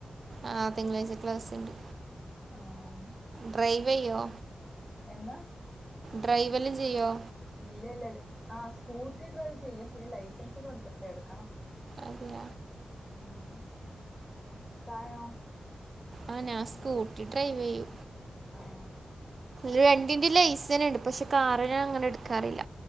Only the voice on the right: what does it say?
ആഹ് തിങ്കളാഴ്ച ക്ലസ്ണ്ട്
ഡ്രൈവ് യ്യോ?
ഡ്രൈവല് ചെയ്യോ?
അതിയ
ആ നാസ്കൂട്ടി ഡ്രൈവ് ചെയ്യു
രണ്ടിന്റെ ലൈസൻസ് ഉണ്ട് പക്ഷെ കാറ്അങ്ങനെ എടുക്കാറില്ല